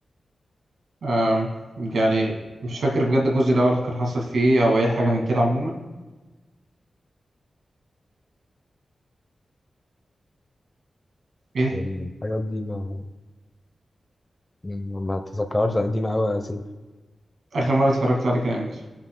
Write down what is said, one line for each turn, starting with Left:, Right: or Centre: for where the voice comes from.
Right: آم، يعني مش فاكر بجد الجزء الأول كان حصل فيه ايه أو أي حاجة من كده عموما ايه
Left: يعني الحاجات دي ما يعني ما أتذكرهاش لأ، قديمة أوي س-
Right: آخر مرة اتفرجت عليه كان امتى؟